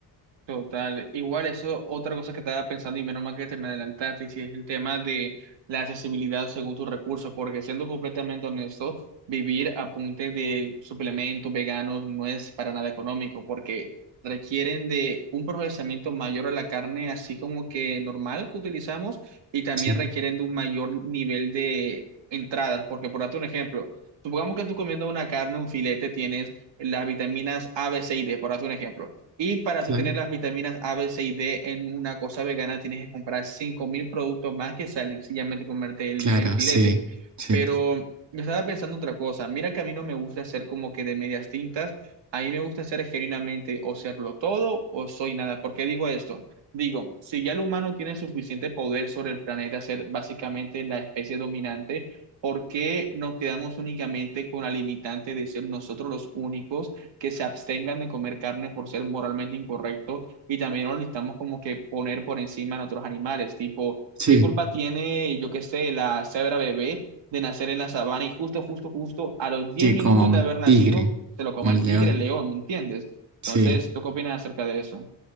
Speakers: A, on the right; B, on the right.
A: Total, igual eso, otra cosa que estaba pensando y menos mal que te me adelantaste, y si es el tema de la accesibilidad según tus recursos, porque siendo completamente honesto, vivir a punta de suplementos veganos no es para nada económico, porque requieren de un procesamiento mayor a la carne, así como que normal que utilizamos, y también
B: Sí,
A: requieren de un mayor nivel de entradas, porque por darte un ejemplo, supongamos que tú comiendo una carne, un filete, tienes las vitaminas A, B, C y D, por darte un ejemplo. Y para
B: claro.
A: tú tener las vitaminas A, B, C y D en una cosa vegana, tienes que comprar 5.000 productos más que sencillamente comerte el,
B: Claro,
A: el filete.
B: sí, sí,
A: Pero yo estaba pensando otra cosa. Mira que a mí no me gusta hacer como que de medias tintas. A mí me gusta hacer genuinamente o serlo todo o soy nada. ¿Por qué digo esto? Digo, si ya el humano tiene suficiente poder sobre el planeta, ser básicamente la especie dominante, ¿por qué nos quedamos únicamente con la limitante de ser nosotros los únicos? que se abstengan de comer carne por ser moralmente incorrecto y también lo necesitamos como que poner por encima en otros animales, tipo,
B: sí,
A: ¿qué culpa tiene, yo qué sé, la cebra bebé de nacer en la sabana y justo, justo, justo a los 10
B: que
A: minutos
B: con
A: de haber nacido
B: tigre,
A: se lo coma
B: un
A: el
B: león,
A: tigre, el león, ¿me entiendes?
B: sí.
A: Entonces, ¿tú qué opinas acerca de eso?